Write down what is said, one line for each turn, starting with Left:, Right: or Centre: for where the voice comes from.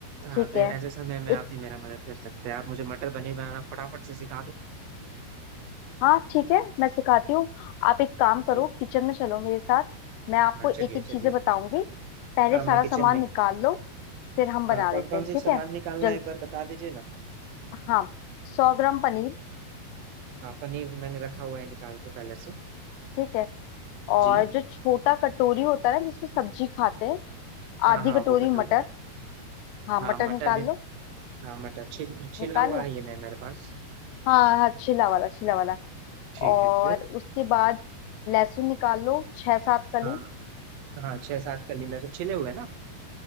Right: हाँ
Left: ठीक
Right: तो
Left: है
Right: ऐसे समय में
Left: एक
Right: आप ही मेरा मदद कर सकते हैं आप मुझे मटर पनीर बनाना फटाफट से सिखा दो
Left: हाँ ठीक है मैं सिखाती हूँ आप एक काम करो
Right: जी
Left: किचन में चलो मेरे साथ मैं आपको
Right: हाँ
Left: एक
Right: चलिए
Left: एक
Right: चलिए
Left: चीजें बताऊंगी पहले
Right: हाँ
Left: सारा
Right: मैं किचन
Left: सामान
Right: में
Left: निकाल लो फिर हम बना
Right: हाँ कौन
Left: लेते
Right: कौन
Left: हैं
Right: से
Left: ठीक
Right: सामान
Left: है
Right: निकालना
Left: जल
Right: है एक बार बता दीजिए ना
Left: हाँ सौ ग्राम पनीर
Right: हाँ पनीर मैंने रखा हुआ है निकाल के पहले से
Left: ठीक है और
Right: जी
Left: जो छोटा कटोरी होता है ना जिसमें सब्जी खाते हैं
Right: हाँ
Left: आधी
Right: हाँ
Left: कटोरी
Right: वो कटोरी
Left: मटर हाँ
Right: हाँ
Left: मटर
Right: मटर
Left: निकाल
Right: भी
Left: लो
Right: हाँ मटर छिल छिला
Left: निकाल
Right: हुआ
Left: लिया
Right: है ये मैं मेरे पास
Left: हाँ हाँ छिला वाला छिला वाला
Right: ठीक
Left: और
Right: है फिर
Left: उसके बाद लहसुन निकाल लो छह सात कली
Right: हाँ हाँ छह सात कली लहसुन छिले हुए ना